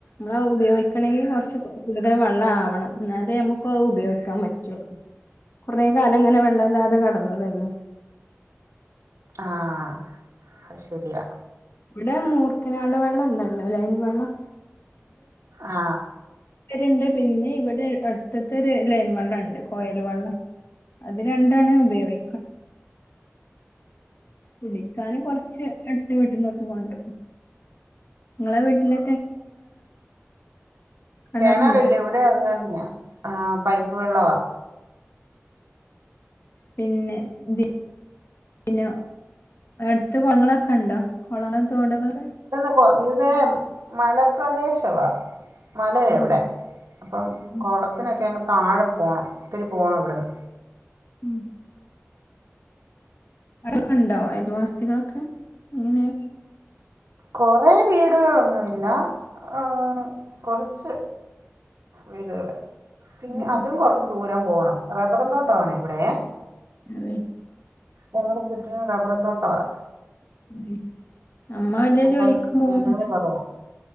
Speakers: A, on the left (about 55°); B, on the right (about 85°).
A: നമ്മൾ ഉപയോഗിക്കണെങ്കി കുറച്ച് കൂടുതൽ വെള്ളം ആവണം എന്നാലേ നമ്മുക്ക് അത് ഉപയോഗിക്കാൻ പറ്റുള്ളൂ കുറേ കാലം ഇങ്ങനെ വെള്ളല്ലാതെ കിടന്നതല്ലേ
B: ആഹ് അത് ശെരിയാ
A: ഇവിടെ മൂർക്കനാട് വെള്ളണ്ടല്ലോ ലൈൻ വെള്ളം
B: ആ
A: ണ്ട് പിന്നെ ഇവിടെ അടുത്തത്തെ ഒരു ലൈൻ വെള്ളം ഉണ്ട് കോയൽ വെള്ളം അത് രണ്ടുവാണ്ണ് ഉപയോഗി കുടിക്കാന് കൊറച്ച് അടുത്ത വീട്ടീന്നൊക്കെ കൊണ്ടു നിങ്ങള വീട്ടില് കിണറുണ്ടോ
B: കെണറില്ല ഇവിടെ അങ്ങെ ആ പൈപ്പ് വെള്ളവാ
A: പിന്നെ <unintelligible> പിന്നെ അടുത്ത് കൊളങ്ങളൊക്കെ ഉണ്ടോ കൊളണ തോട്കൾക്കെ
B: <unintelligible> ഇതേ മലപ്രദേശവാ മലയാ
A: ഉം
B: ഇവിടെ അപ്പം
A: ഉം
B: കൊളത്തിനട് ക്കെ അങ്ങ് താഴെ പോണം ഒത്തിരി പോണം ഇവിട്ന്ന്.
A: ഉം അടൊക്കെ ഉണ്ടോ അയൽവാസികളൊക്കെ? ഇങ്ങനേ
B: കൊറെേ വീടുകളൊന്നുംല്ല, ഏഹ് കൊറച്ച് വീട്കള്. പിന്നെ
A: ഉം ഉം.
B: അതും കൊറച്ച് ദൂരം പോണം റബ്ബറും തോട്ടാണെ ഇവടേ
A: അതെ
B: ഞങ്ങടെ ചുറ്റിനും റബ്ബറും തോട്ടവാ.
A: ഉം. അമ്മ വല്ല
B: അപ്പം
A: ജോലിക്കും പോവും
B: വീടുകൾ കുറവാണ്